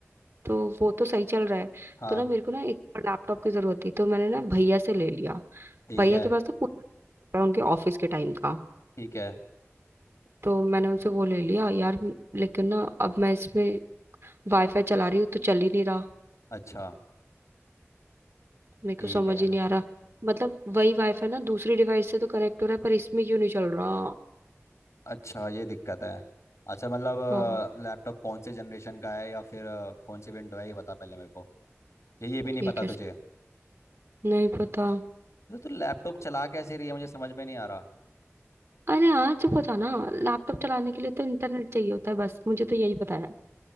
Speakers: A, on the right (about 60°); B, on the left (about 85°).
A: तो वो तो सही चल रहा है
B: हाँ
A: तो ना मेरे को ना एक और लैपटॉप की जरूरत थी तो मैंने ना भैया से ले लिया
B: ठीक
A: भैया
B: है
A: के पास तो पूरा laptop है, उनके ऑफिस के टाइम का
B: ठीक है
A: तो मैंने उनसे वो ले लिया यार लेकिन ना अब मैं इसमें वाईफाई चला रही हूँ तो चल ही नहीं रहा
B: अच्छा
A: मेरे
B: ठीक
A: को समझ
B: है
A: ही नहीं आ रहा मतलब वही वाईफाई ना दूसरी डिवाइस से तो कनेक्ट हो रहा है पर इसमें क्यों नहीं चल रहा
B: अच्छा ये दिक्कत है अच्छा मतलब
A: हाँ
B: लैपटॉप कौन से जनरेशन का है या फिर अ, कौन सी विंडो है ये बता पहले मेरे को ये ये भी नहीं
A: ये
B: पता
A: कैसे
B: तुझे
A: नहीं पता
B: तो तू लैपटॉप चला कैसे रही है मुझे समझ में नहीं आ रहा
A: अरे हाँ चुप हो जाओ ना लैपटॉप चलाने के लिए तो इंटरनेट चाहिए होता है बस मुझे तो यही पता है